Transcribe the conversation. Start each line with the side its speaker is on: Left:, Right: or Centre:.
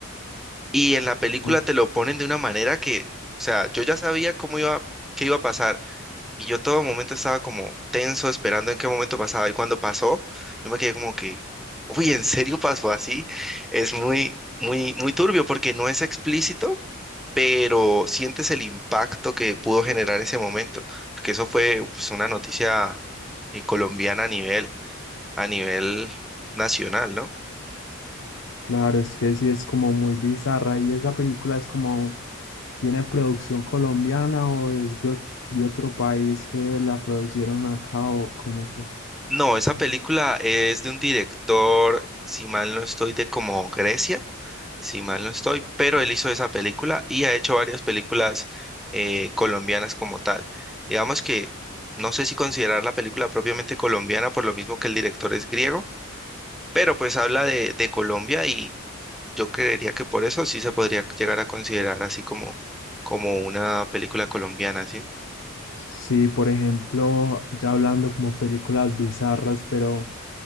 Centre: Y en la película
Left: Uf,
Centre: te lo ponen de una manera que, o sea, yo ya sabía cómo iba, qué iba a pasar, y yo todo momento estaba como tenso, esperando en qué momento pasaba, y cuando pasó, yo me quedé como que, uy, ¿en serio pasó así? Es muy... Muy, muy turbio porque no es explícito, pero sientes el impacto que pudo generar ese momento, porque eso fue pues, una noticia eh, colombiana a nivel, a nivel nacional, ¿no?
Left: claro, es que sí es como muy bizarra y esa película es como ¿Tiene producción colombiana o es de, ot- de otro país que la producieron acá o cómo fue?
Centre: No, esa película es de un director, si mal no estoy, de como Grecia, si mal no estoy, pero él hizo esa película y ha hecho varias películas eh, colombianas como tal. Digamos que no sé si considerar la película propiamente colombiana por lo mismo que el director es griego, pero pues habla de, de Colombia y Yo creería que por eso sí se podría llegar a considerar así como, como una película colombiana, ¿sí?
Left: Sí, por ejemplo, ya hablando como películas bizarras, pero